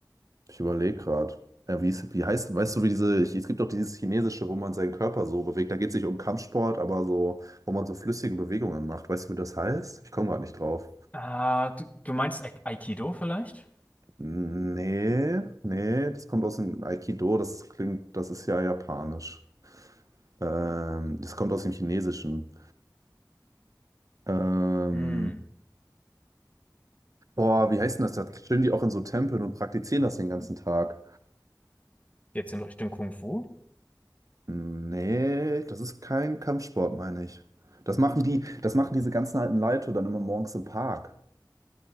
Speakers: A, on the right; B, on the left.
A: Ich überlege gerade. Ja, wie, ist- wie heißt, weißt du, wie diese, es gibt doch dieses Chinesische, wo man seinen Körper so bewegt. Da geht es nicht um Kampfsport, aber so, wo man so flüssige Bewegungen macht. Weißt du, wie das heißt? Ich komme gerade nicht drauf.
B: Äh, du, du meinst Ai- Aikido vielleicht?
A: Nee, nee, das kommt aus dem Aikido, das klingt, das ist ja japanisch. Ähm, das kommt aus dem Chinesischen. Ähm,
B: Hm.
A: boah, wie heißt denn das? Da stehen die auch in so Tempeln und praktizieren das den ganzen Tag.
B: Geht's in Richtung Kung Fu?
A: Nee, das ist kein Kampfsport, meine ich. Das machen die, das machen diese ganzen alten Leute dann immer morgens im Park.